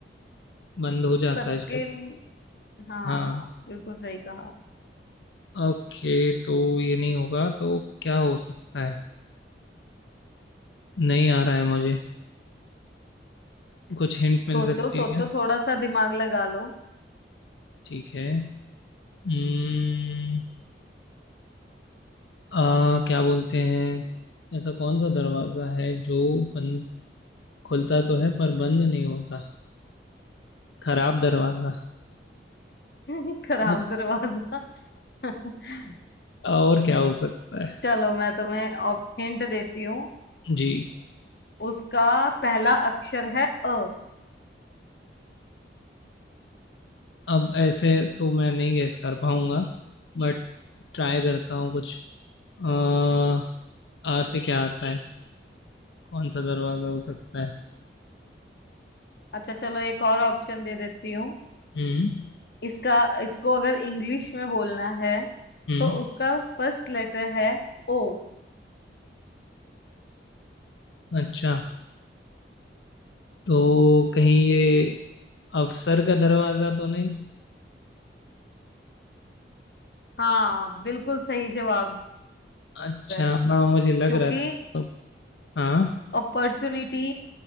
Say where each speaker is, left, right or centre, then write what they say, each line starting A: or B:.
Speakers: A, on the left; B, on the left.
A: बंद हो
B: सबके
A: जाता है शायद
B: लिए- हाँ
A: हाँ
B: बिल्कुल सही कहा
A: ओके तो ये नहीं होगा तो क्या हो सकता है नहीं आ रहा है मुझे कुछ हिंट मिल
B: सोचो
A: सकती
B: सोचो
A: है क्या
B: थोड़ा सा दिमाग लगा लो
A: ठीक है हम्म आ क्या बोलते हैं ऐसा कौन सा दरवाजा है जो बंद खुलता तो है पर बंद नहीं होता खराब दरवाजा
B: <laughs> खराब
A: <laughs>
B: दरवाजा <laughs> नहीं
A: और क्या हो सकता है
B: चलो मैं तुम्हें ऑप्शन देती हूँ
A: जी
B: उसका पहला अक्षर है अ
A: अब ऐसे तो मैं नहीं गेस कर पाऊंगा बट ट्राई करता हूँ कुछ आ, आ से क्या आता है कौन सा दरवाजा हो सकता है
B: अच्छा चलो एक और ऑप्शन दे देती हूँ
A: हम्म
B: इसका इसको अगर इंग्लिश में बोलना है
A: हम्म
B: तो उसका फर्स्ट लेटर है ओ
A: अच्छा तो कहीं ये अफसर का दरवाजा तो नहीं
B: हाँ बिल्कुल सही जवाब
A: अच्छा
B: है
A: हाँ मुझे लग
B: क्योंकि
A: रहा था हाँ
B: अपॉर्चुनिटी